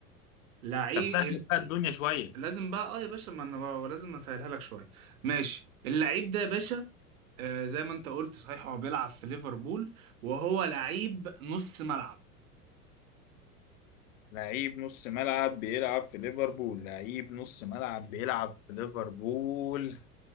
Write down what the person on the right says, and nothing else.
لعيب
لازم بقى اه يا باشا ما انا بقى لازم اسهلها لك شويه ماشي اللعيب ده يا باشا آه زي ما انت قلت صحيح هو بيلعب في ليفربول وهو لعيب نص ملعب